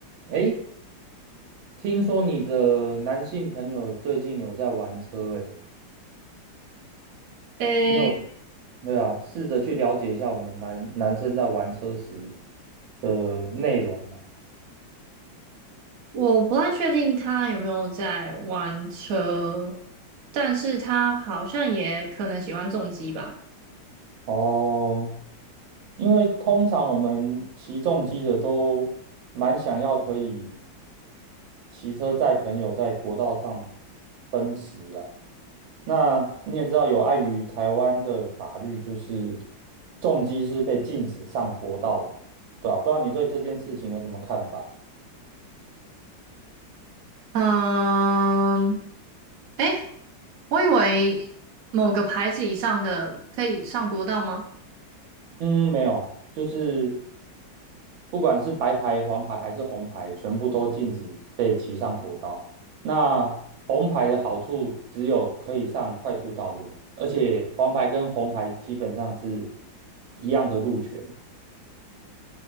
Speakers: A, on the right (about 80°); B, on the right (about 55°).
A: 诶，听说你的男性朋友最近有在玩车，诶，
B: 诶，
A: 你有，对啊，试着去了解一下我们男男生在玩车时的内容嘛。
B: 我不太确定他有没有在玩车，但是他好像也可能喜欢重机吧。
A: 哦，因为通常我们骑重机的都蛮想要可以骑车载朋友在国道上奔驰啊。那你也知道，有碍于台湾的法律，就是重机是被禁止上国道的，对吧？不知道你对这件事情有什么看法？
B: 嗯，诶，我以为某个牌子以上的可以上国道吗？
A: 嗯，没有，就是不管是白牌、黄牌还是红牌，全部都禁止被骑上国道。那红牌的好处只有可以上快速道路，而且黄牌跟红牌基本上是一样的路权。